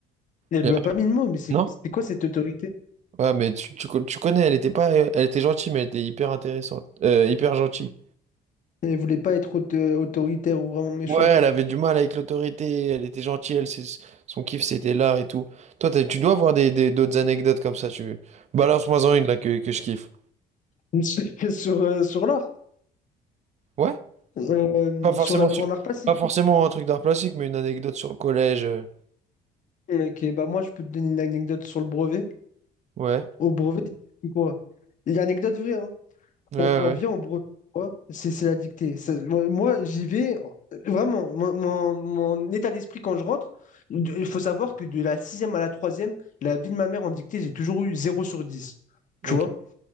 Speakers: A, on the left (about 50°); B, on the right (about 40°).
A: elle
B: Et
A: lui
B: après,
A: a pas mis de mots, mais c'est
B: non?
A: c'était quoi cette autorité?
B: Ouais, mais tu, tu, co- tu connais, elle était pas, elle était gentille, mais elle était hyper intéressante. Euh, hyper gentille.
A: Elle voulait pas être aut- euh, autoritaire ou vraiment méchante.
B: Ouais, elle avait du mal avec l'autorité, elle était gentille, elle, c'est- son kiff c'était là et tout. Toi, t'as- tu dois avoir des, des- d'autres anecdotes comme ça, tu... Balance-moi-en une là que, que je kiffe.
A: <laughs> Sur, euh, sur l'art.
B: Ouais?
A: Euh,
B: Pas forcément
A: sur la-
B: sur...
A: en art plastique.
B: Pas forcément un truc d'art plastique, mais une anecdote sur le collège. euh.
A: Ok, bah moi, je peux te donner une anecdote sur le brevet.
B: Ouais.
A: Au brevet, c'est quoi? Et anecdote vraie, hein.
B: Ouais,
A: On, on
B: ouais.
A: vient au brevet, quoi. C'est c'est la dictée. Ça- moi, moi, j'y vais. euh, Vraiment, mon, mon- mon état d'esprit quand je rentre, de- il faut savoir que de la sixième à la troisième, la vie de ma mère en dictée, j'ai toujours eu zéro sur dix
B: ouais.
A: Tu
B: Ok.
A: vois?